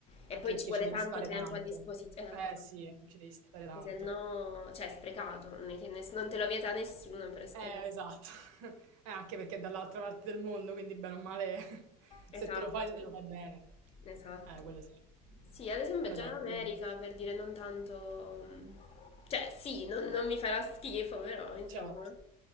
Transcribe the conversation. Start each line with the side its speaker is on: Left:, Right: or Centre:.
Left: E
Right: anche
Left: poi
Right: perché
Left: ci vuole
Right: ci devi
Left: tanto
Right: stare
Left: tempo
Right: tanto.
Left: a disposizione,
Right: Eh sì, ci devi stare tanto.
Left: perché se no, cioè è sprecato, non è che ness- non te lo vieta nessuno, però è sprecato.
Right: Eh, esatto. <laughs> Eh, anche perché è dall'altra parte del mondo, quindi bene o male, <laughs>
Left: Esatto,
Right: se te lo fai, te lo fai bene.
Left: esatto.
Right: Eh, quello sì.
Left: Sì, ad esempio
Right: Però
Left: già
Right: dai,
Left: in America,
Right: figura.
Left: per dire non tanto... Cioè sì, non, non mi farà schifo, però insomma...
Right: Certo.